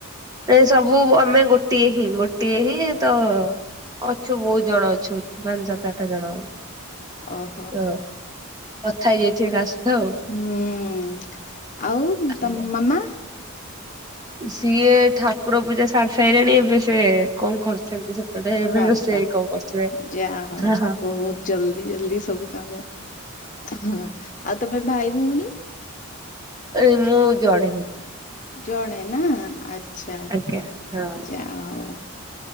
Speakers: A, on the right (about 15°); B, on the left (about 35°).
A: ଏ ସବୁ ଆମେ ଗୋଟିଏ ହିଁ ଗୋଟିଏ ହିଁ ତ ଅଛୁ ବହୁତ୍ ଜଣ ଅଛୁ ପାଞ୍ଚ ସାତ ଆଠ ଜଣ।
B: ଅ ହ।
A: ତ କଥା ହେଇଯାଇଥିବେ କାସ୍ ତ ଆଉ।
B: ହୁଁ ଆଉ
A: ଆଜ୍ଞା
B: ତମ ମାମା।
A: ସିଏ ଠାକୁର ପୂଜା ସାରି ସାଇଲେଣି ଏବେ ସେ କଣ କରୁଚନ୍ତି ସେ ସେପଟେ ବୋଧେ
B: ବାବା
A: ରୋସେଇ କଣ କରୁଥିବେ
B: ଯାହା ହଉ
A: ହଁ ହଁ।
B: ବହୁତ ଜଲଦି ଜଲଦି ସବୁ କାମ ହୁଁ ଆଉ ତମେ ଭାଇ ଭଉଣୀ।
A: ଏଇ ମୁଁ ଜଣେ ହିଁ।
B: ଜଣେ ନା ଆଚ୍ଛା
A: ଆଜ୍ଞା ହଁ।
B: ଯା ଅଉ।